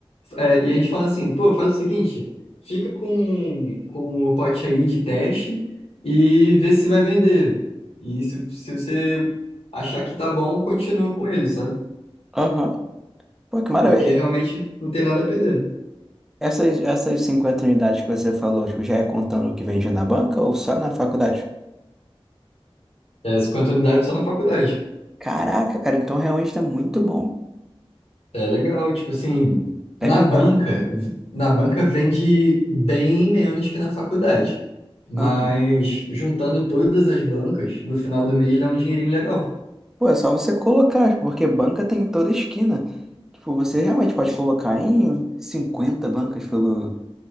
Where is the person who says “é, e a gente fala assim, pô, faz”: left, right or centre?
Left